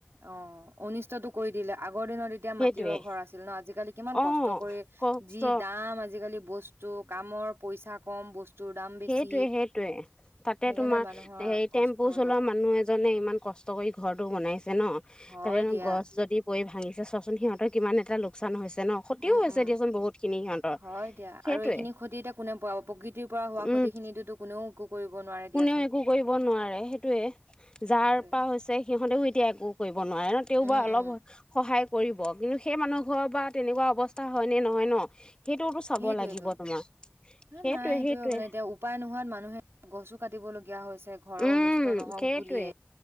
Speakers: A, on the right (about 70°); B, on the left (about 20°).
A: অ অনিষ্টতটো কৰি দিলে আগৰ দিনত এতিয়া মাটিৰৰ
B: সেইটোৱে
A: ঘৰ আছিল ন আজিকালি কিমান
B: অ
A: কষ্ট কৰি
B: কষ্ট
A: যি দাম আজিকালি বস্তু কামৰ পইচা। কম বস্তুৰ দাম বেছি
B: সেইটয়ে সেইটোয়ে তাতে
A: সেইকাৰণে
B: তোমাৰ
A: মানুহৰ
B: হেৰি
A: কষ্ট
B: টেম্পু চলোৱা
A: যায়
B: মানুহ এজনে ইমান। কষ্ট কৰি ঘৰটো বনাইছে। ন
A: হয়
B: ত
A: দিয়া
B: গছ যদি পৰি। ভাঙিছে চোৱাচোন সিহঁৰ কিমান এটা লোকচান হৈছে। ন ক্ষতিও
A: উম,
B: হৈছে
A: উম
B: দিয়াচোন বহুত খিনি সিহঁতৰ
A: হয় এ দিয়া
B: সেইটোৱে
A: আৰু এইখিনি ক্ষতি এতিয়া কোনে পাব প্ৰকৃতিৰ পৰা। হোৱা
B: উম
A: ক্ষয়তি খিনিতো কোনেও। একো কৰিব নোৱাৰে দিয়াচোন
B: কোনেও একো কৰিব নোৱাৰে সেইটোৱে যাৰ
A: সেইটোয়ে
B: পৰা হৈছে সিহঁতেও এতিয়া একো কৰিব নোৱাৰে ন তেওঁও
A: উম
B: বা অলপ
A: উম
B: সহায়। কৰিব কিন্তু সেই মানুহ ঘৰ বা তেনেকুৱা অৱস্থা হয় নে নহয় ন সেইটোতো চাব
A: সেইটোয়েইটো
B: লাগিব তোমাৰ
A: হ
B: সেইটোৱে
A: নাই সেইটো
B: সেইটোৱে
A: মানে এতিয়া উপায় নোহোৱাত মানুহে গছো <unintelligible> কাটিবলগীয়া হয় ঘৰৰ
B: উম
A: অনিষ্ট নহওক
B: সেইটোৱে
A: বুলিয়েই